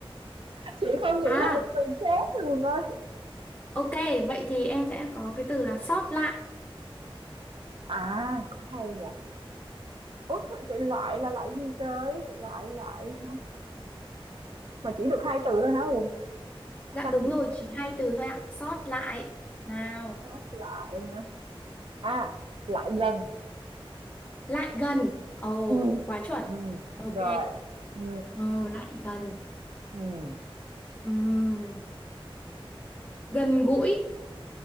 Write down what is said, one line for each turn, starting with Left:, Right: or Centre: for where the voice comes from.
Right: Chị không nghĩ
Left: à
Right: là được từ khác thường ơi.
Left: ok vậy thì em sẽ có cái từ là sót lại
Right: À, cũng hay nhỉ. Ủa, tự loại là lại gì trời? Loại lại hả? Mà chỉ được hai từ thôi hả Hùng?
Left: dạ
Right: Căng
Left: đúng
Right: vậy.
Left: rồi chỉ hai từ thôi ạ sót lại nào
Right: Sót lại hả? À, lại gần.
Left: lại gần ồ
Right: ừ
Left: quá chuẩn
Right: ừm,
Left: ok
Right: rồi, ừ
Left: ồ lại gần
Right: ừm.
Left: Ừm, gần gũi